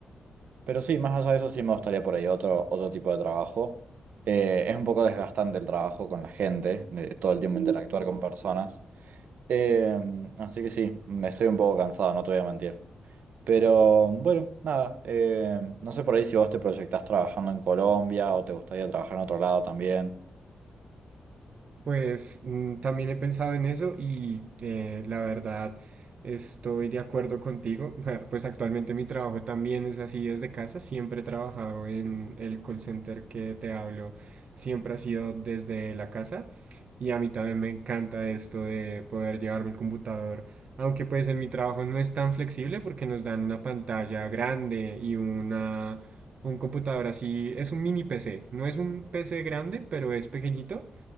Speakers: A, on the right (about 65°); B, on the right (about 45°).
A: pero sí, más allá de eso sí me gustaría por ahí otro, otro tipo de trabajo. Eh, es un poco desgastante el trabajo con la gente, de todo el tiempo interactuar con personas. Eh, así que sí, me estoy un poco cansado, no te voy a mentir. Pero bueno, nada, eh, no sé por ahí si vos te proyectás trabajando en Colombia o te gustaría trabajar en otro lado también.
B: Pues mm, también he pensado en eso y eh, la verdad estoy de acuerdo contigo. <laughs> Pues actualmente mi trabajo también es así desde casa. Siempre he trabajado en el call center que te hablo. Siempre ha sido desde la casa y a mí también me encanta esto de poder llevarme el computador. Aunque pues en mi trabajo no es tan flexible porque nos dan una pantalla grande y una, un computador así. Es un mini PC. No es un PC grande, pero es pequeñito